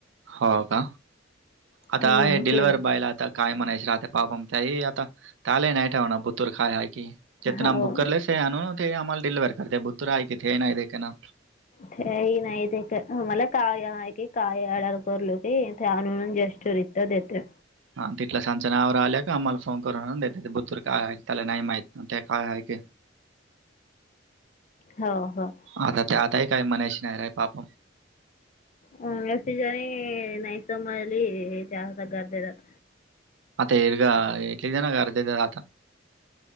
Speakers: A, on the right; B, on the left.
A: हो का आता
B: हम्म
A: आहे डिलवर्ह
B: ट्वेंटी
A: बॉयला आता काय म्हणायच राहते पापम त्या आता त्यालाय नाही ठेवणार बतूर खाय हय की चेतनाम
B: हो
A: बुक करलेस ते आण ना ते आम्हाला दिल् वर करते बुतर आहे किथे नाही का ना
B: ते नाही ते का मला काय आहे की काय अडर करलो ते त्यान म्हणून जेस् रित्या देते
A: हा तिथला सांच ना आवर आल्या का आम्हाला फोन करून आणून देत ते बुतूर काय आहे त्याला नाही माहित नाही ते काय आहेय की <unintelligible>
B: हो हो
A: आता ते आताही काय मनायची नाही रय पाप
B: हसि जणी नैसमली चहा तगगरतेत
A: आता येरग एली देना गरत आता